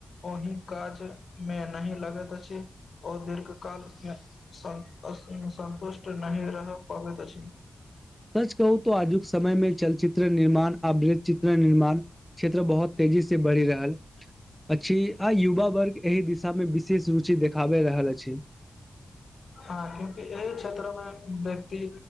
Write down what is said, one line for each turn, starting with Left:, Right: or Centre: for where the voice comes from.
Left: ओहि काज मे नहि लगैत अछि ओ दीर्घ कालमे सब सन्तुष्ट नहि रह पाबैत अछि
Centre: सच कहूत आजुक समयमे चलचित्र निर्माण आवृ चित्र निर्माण क्षेत्र बहुत तेजी से बढ़ि रहल अछि आ युवा वर्गके एहि दिशामे विशेष रुचि देखाबे रहल अछि
Left: हाँ क्यूकि एहि क्षेत्र मे व्यक्ति